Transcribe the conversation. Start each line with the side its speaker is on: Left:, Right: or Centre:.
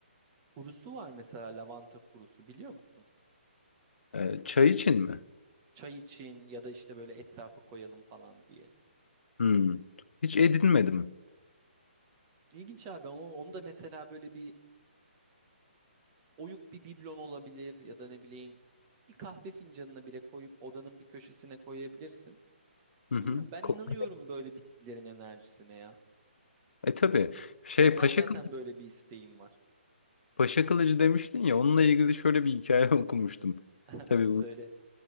Right: Kurusu var mesela lavanta kurusu biliyor musun?
Left: Ee, çay için mi?
Right: Çay için ya da işte böyle etrafa koyalım falan diye.
Left: Hmm. Hiç edinmedim.
Right: İlginç abi onu, onu da mesela böyle bir oyuk bir biblon olabilir ya da ne bileyim bir kahve fincanına bile koyup odanın bir köşesine koyabilirsin.
Left: Hı
Right: Bilmiyorum
Left: hı.
Right: ben
Left: Koku.
Right: inanıyorum böyle bitkilerin enerjisine ya.
Left: E tabii. Şey
Right: Ondan
Left: Paşa,
Right: zaten
Left: Kıl-
Right: böyle bir isteğim var.
Left: Paşa Kılıcı demiştin ya onunla ilgili şöyle bir hikaye <laughs> okumuştum.
Right: <laughs>
Left: Tabii
Right: Söyle.
Left: bu